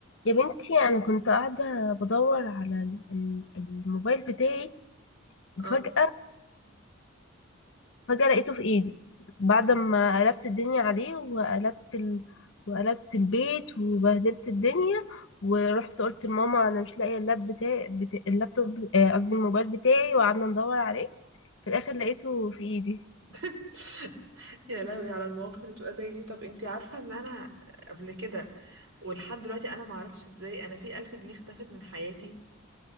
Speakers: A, on the left; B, on the right.
A: يا بنتي أنا كنت قاعدة بدور على ال- ال- الموبايل بتاعي وفجأة
B: اه
A: فجأة لقيته في إيدي بعد ما قلبت الدنيا عليه وقلبت ال... وقلبت البيت وبهدلت الدنيا ورحت قلت لماما أنا مش لاقية اللاب بتاعي بتا... اللابتوب آه، قصدي الموبايل بتاعي وقعدنا ندور عليه في الآخر لقيته في إيدي
B: <laughs> يا لهوي على المواقف اللي بتبقى زي دي طب انتي عارفة ان انا قبل كده ولحد دلوقتي انا معرفش ازاي انا في الف جنيه اختفت من حياتي